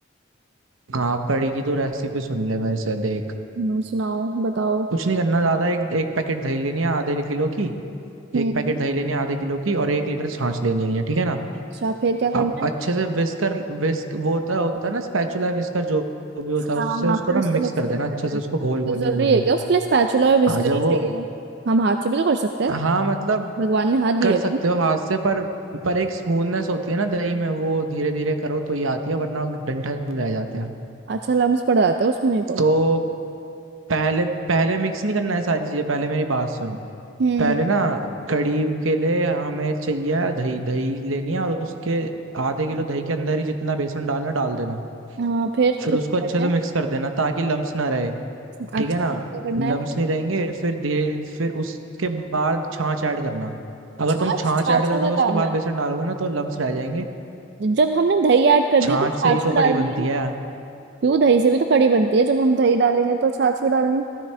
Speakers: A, on the right; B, on the right.
A: हाँ कड़ी की तो रेसिपी सुन ले मेरे से देख
B: हम्म, सुनाओ बताओ
A: कुछ नहीं करना ज्यादा एक एक पैकेट दही लेनी है आधे किलो की
B: हम्म
A: एक पैकेट दही लेनी है आधे किलो की और एक लीटर छाछ लेनी है ठीक है ना
B: अच्छा फिर क्या करना
A: अब
B: है
A: अच्छे से विस्कर विस्क वो होता होता है ना स्पैचुला विस्कर जो भी होता है
B: हाँ
A: उससे उसको
B: हाँ फिर
A: ना
B: उससे
A: मिक्स
B: मिक्स
A: कर देना
B: कर देना
A: अच्छे से
B: है
A: उसको घोल घोल
B: तो
A: के
B: जरूरी
A: घोल घोल
B: है क्या
A: के।
B: उसके लिए स्पैचुला और विस्कर
A: हाँ जब
B: ही
A: वो
B: चाहिए हम हाथ से भी तो कर सकते हैं
A: हाँ मतलब
B: भगवान ने हाथ दिए
A: कर सकते हो हाथ से पर पर एक स्मूथनेस होती है ना दही में वो धीरे धीरे करो तो ये आती है वरना डंठल रह जाते हैं
B: अच्छा लम्स पड़ जाता है उसमें नहीं तो
A: तो पहले पहले मिक्स नहीं करना है सारी चीजें पहले मेरी बात सुन
B: हम्म
A: पहले ना कड़ी के लिए हमें चाहिए दही दही लेनी है और उसके आधे किलो दही के अंदर ही जितना बेसन डालना डाल देना
B: हाँ फिर
A: फिर
B: फिर
A: उसको
B: क्या
A: अच्छे
B: करना
A: से
B: है
A: मिक्स कर देना ताकि लम्स ना रहे
B: अच्छा
A: ठीक है ना
B: फिर क्या करना
A: लम्स
B: है
A: नहीं रहेंगे फिर धीरे फिर उसके बाद छाछ ऐड करना अगर
B: छाछ
A: तुम छाछ
B: छाछा
A: ऐड कर दोगे
B: का
A: उसके
B: काम
A: बाद
B: है
A: बेसन डालोगे ना तो लम्स रह जाएंगे
B: जब हमने दही ऐड कर
A: छाछ
B: दी तो छाछ
A: से ही तो
B: भी
A: कड़ी
B: डालनी
A: बनती
B: है
A: है
B: क्यों दही से भी तो कड़ी बनती है जब हम दही डालेंगे तो छाछ भी डालनी